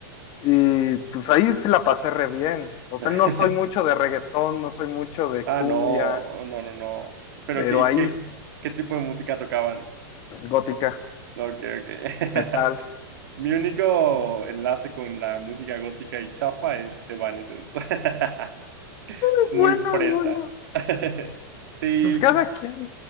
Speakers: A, on the left (about 45°); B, on the right (about 70°).
A: Y pues ahí sí la pasé re bien. O
B: <laughs>
A: sea, no soy mucho de reggaetón, no soy mucho de
B: Ah,
A: cumbia,
B: no, no, no, no. Pero
A: pero
B: qué, y
A: ahí
B: qué,
A: es
B: qué tipo de música tocaban?
A: gótica,
B: No, Ok, ok.
A: metal.
B: <laughs> Mi único enlace con la música gótica y chafa es Evanescence. <laughs>
A: Es
B: Muy
A: bueno,
B: fresa.
A: es bueno.
B: <laughs> Sí,
A: Pues cada quien.